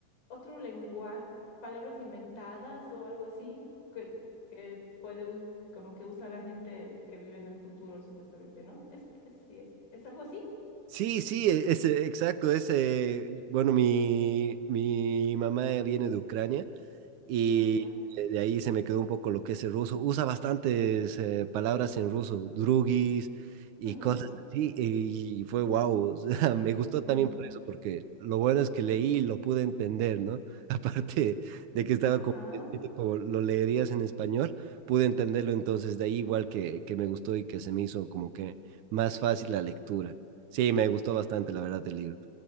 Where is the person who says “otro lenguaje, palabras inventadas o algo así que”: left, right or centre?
Left